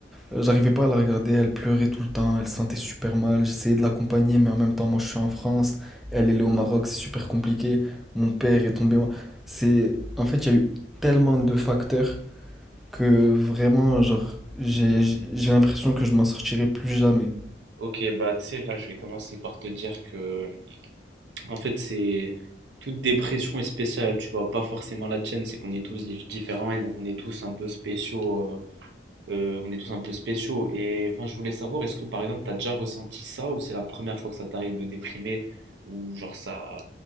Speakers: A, in the centre; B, on the right.
A: Euh, j'arrivais pas à la regarder, elle pleurait tout le temps, elle se sentait super mal. J'essayais de l'accompagner, mais en même temps, moi je suis en France, elle, elle est au Maroc, c'est super compliqué. Mon père est tombé. mal. C'est, en fait, il y a eu tellement de facteurs que vraiment, genre, j'ai, j'ai l'impression que je m'en sortirai plus jamais.
B: Ok, bah tu sais, là je vais commencer par te dire que en fait c'est toute dépression est spéciale, tu vois, pas forcément la tienne, c'est qu'on est tous dif- différents et donc on est tous un peu spéciaux, euh, euh, on est tous un peu spéciaux. Et enfin je voulais savoir, est-ce que par exemple t'as déjà ressenti ça ou c'est la première fois que ça t'arrive de déprimer ou genre ça,